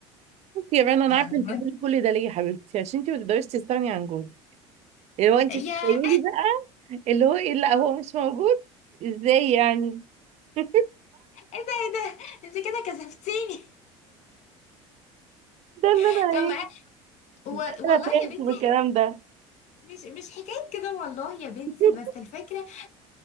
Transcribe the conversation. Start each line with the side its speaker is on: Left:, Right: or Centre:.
Right: بصي يا رنا انا
Left: يعني
Right: عارفه
Left: <laughs>
Right: انت بتقولي كل
Left: برضو
Right: ده ليه يا حبيبتي عشان انت ما تقدريش تستغني عن جوزك اللي هو انت
Left: يا
Right: بتتخيلي بقى اللي هو ايه لا هو مش موجود ازاي يعني <laughs>
Left: ايه ده ايه ده انت كده كسفتيني
Right: ده اللي
Left: <laughs>
Right: انا
Left: طب
Right: ايه
Left: ما- و...
Right: ده اللي
Left: والله
Right: انا فهمته
Left: يا بنتي
Right: من الكلام ده
Left: مش مش حكاية كده والله يا بنتي
Right: <laughs>
Left: بس الفكرة